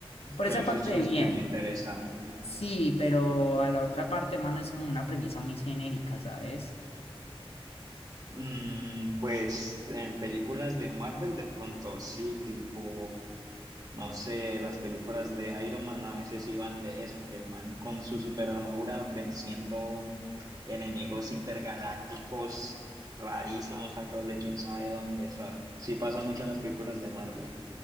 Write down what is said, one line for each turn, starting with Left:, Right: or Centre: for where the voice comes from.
Left: Por
Right: Pero
Left: esa
Right: eso
Left: parte
Right: se
Left: bien,
Right: escucha interesante.
Left: sí, pero a la otra parte, mano, es como una premisa muy genérica, ¿sabes?
Right: Mm, pues en películas de Marvel de pronto sí, tipo No sé, las películas de Iron Man a veces iban de eso, que el man con su super armadura venciendo enemigos intergalácticos rarísimos, sacados de quién sabe dónde. O sea, sí pasa mucho en las películas de Marvel.